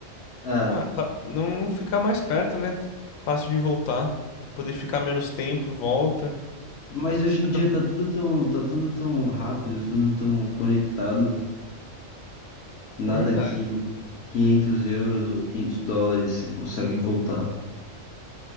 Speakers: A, on the left; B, on the left.
A: É.
B: Ah, tá. Não ficar mais perto, né? Fácil de voltar. Poder ficar menos tempo e volta.
A: Mas
B: Se você-
A: hoje em dia tá tudo tão, tá tudo tão rápido, tudo tão conectado. Nada
B: É verdade.
A: que 500 euros ou 500 dólares você consegue voltar.